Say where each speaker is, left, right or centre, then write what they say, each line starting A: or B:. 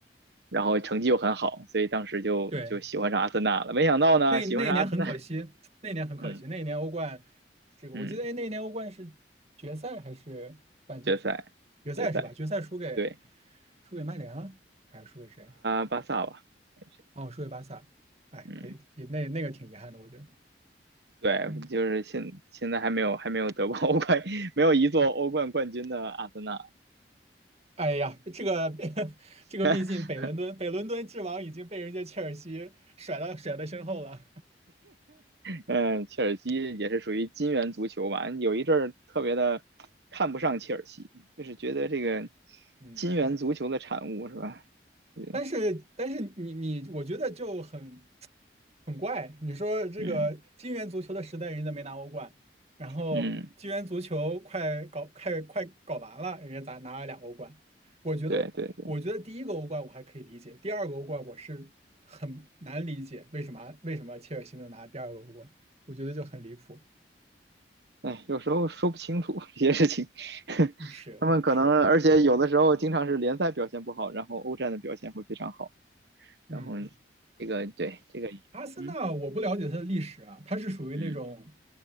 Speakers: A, on the right; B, on the right.
A: 然后成绩又很好，所以当时就就喜欢上阿森纳了，
B: 对，
A: 没想到呢，
B: 那那一年很可惜，
A: 喜欢上阿森纳，
B: 那一年很可惜，
A: 嗯
B: 那一年欧冠，这个我记得，
A: 嗯，
B: 哎，那一年欧冠是决赛还是半决赛？
A: 决赛决赛，
B: 决赛是吧？决赛输给
A: 对。
B: 输给曼联了，还是输给谁？
A: 巴巴萨吧，还有谁
B: 哦，输给巴萨。哎，
A: 嗯，
B: 可以，也那那个挺遗憾的，我觉得。
A: 对，
B: 嗯，
A: 就是现现在还没有还没有得过欧冠，<laughs> 没有一座欧冠冠军的阿森纳。
B: 哎呀，这个 <laughs> 这个，
A: <laughs>
B: 毕竟北伦敦北伦敦之王已经被人家切尔西甩到甩在身后了。
A: 嗯，切尔西也是属于金元足球吧，有一阵儿特别的看不上切尔西，就是觉得这个
B: <laughs> 嗯。
A: 金元足球的产物是吧？嗯
B: 但是但是你你，我觉得就很很怪。你说这个金元足球的时代，
A: 嗯
B: 人家没拿欧冠，然后金元足球快搞快快搞完了，
A: 嗯，
B: 人家咋拿了俩欧冠？我觉得我觉得第一个欧冠我还可以理解，
A: 对对对，
B: 第二个欧冠我是很难理解为什么为什么切尔西能拿第二个欧冠，我觉得就很离谱。
A: 哎，有时候说不清楚 <laughs> 这些事情，<laughs>
B: 嗯是是，
A: 他们可能而且有的时候经常是联赛表现不好，然后欧战的表现会非常好。然后
B: 嗯。
A: 这个对这个，
B: 阿森纳我不了解它的历史啊，
A: 嗯
B: 它是属于那种
A: 嗯，